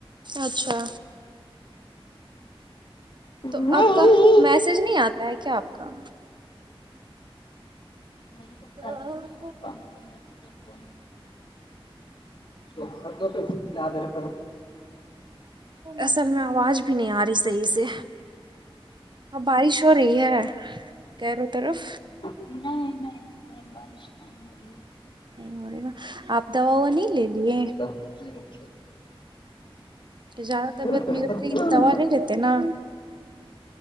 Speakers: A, on the right (about 50°); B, on the left (about 55°).
A: اچھا
B: وہی
A: تو آپ کا میسج نہیں آتا ہے کیا آپ کا
B: بتا
A: تو
B: رہی ہوں نا
A: <inaudible>
B: اکاؤنٹ نمبر سے جب فون تو آدر <unintelligible>
A: اصل میں آواز بھی نہیں آ رہی صحیح سے ہاں بارش ہو رہی ہے کیروں طرف
B: نہیں نہیں اس طرح بارش نہیں ہو رہی
A: نہیں ہوری نہ آپ دوا وا نہیں لے لیے
B: <unintelligible>
A: زیادہ طبیعت
B: اتنی
A: بگڑ رہی دوا لیتے نا